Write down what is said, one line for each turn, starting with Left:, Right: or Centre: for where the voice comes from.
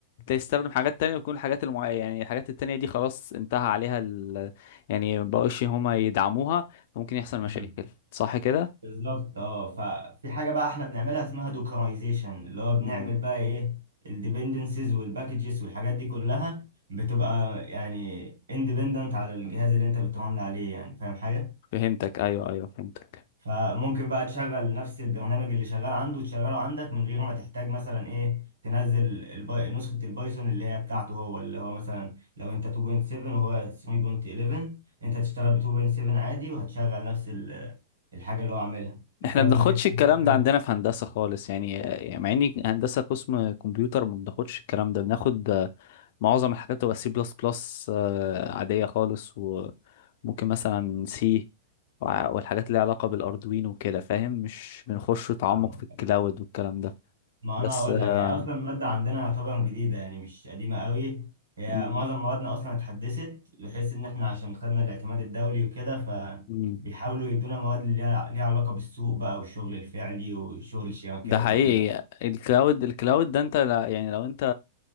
Left: تستخدم حاجات تانية وتكون الحاجات المعينة يعني الحاجات التانية دي خلاص انتهى عليها ال... يعني مبقوش هما يدعموها ممكن يحصل مشاكل
Right: مم.
Left: صح كده؟
Right: بالظبط اه ففي حاجه بقى احنا بنعملها اسمها دوكرايزيشن اللي هو بنعمل
Left: مم.
Right: بقى ايه الديبندنسز والباكجز والحاجات دي كلها بتبقى يعني اندبندنت على الجهاز اللي انت بترن عليه يعني فاهم حاجه
Left: فهمتك ايوه ايوه فهمتك
Right: فممكن بقى تشغل نفس البرنامج اللي شغال عنده تشغله عندك من غير ما تحتاج مثلا ايه تنزل الباي... نسخة البايثون اللي هي بتاعته هو اللي هو مثلا لو انت 2.7 وهو 3.11 انت هتشتغل ب 2.7 عادي وهتشغل نفس ال- الحاجة اللي هو عاملها بسبب
Left: احنا بناخدش
Right: انك انت
Left: الكلام
Right: عملت حاجة
Left: ده عندنا في هندسة خالص يعني يعني مع اني هندسة قسم كمبيوتر ما بناخدش الكلام ده بناخد آه، معظم الحاجات تبقى سي بلس بلس عادية خالص وممكن مثلا سي والحاجات اللي ليها علاقة بالاردوينو وكده فاهم مش بنخش تعمق
Right: آه.
Left: في الكلاود والكلام ده
Right: ما
Left: بس
Right: انا اقول
Left: آه،
Right: لك يعني اصلا الماده عندنا يعتبر جديده يعني مش قديمه قوي هي
Left: مم،
Right: معظم موادنا اصلا اتحدثت بحيث ان احنا عشان خدنا الاعتماد الدولي وكده
Left: مم.
Right: فبيحاولوا يدونا مواد اللي ليها ليها علاقه بالسوق بقى والشغل الفعلي وشغل الشبكات
Left: ده حقيقي
Right: وكده
Left: الكلاود الكلاود ده انت لا- يعني لو انت